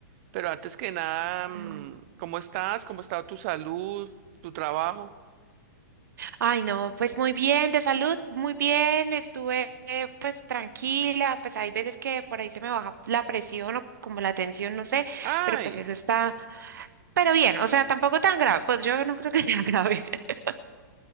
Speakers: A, on the right; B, on the right.
A: Pero antes que nada, mm,
B: Mm.
A: ¿cómo estás? ¿Cómo ha estado tu salud, tu trabajo?
B: Ay, no, pues muy bien, de salud, muy bien, estuve eh, pues tranquila, pues hay veces que por ahí se me baja la presión o como la tensión, no sé,
A: Ay,
B: pero pues eso está, pero bien, o sea, tampoco tan grave, pues yo no creo que sea grave. <laughs>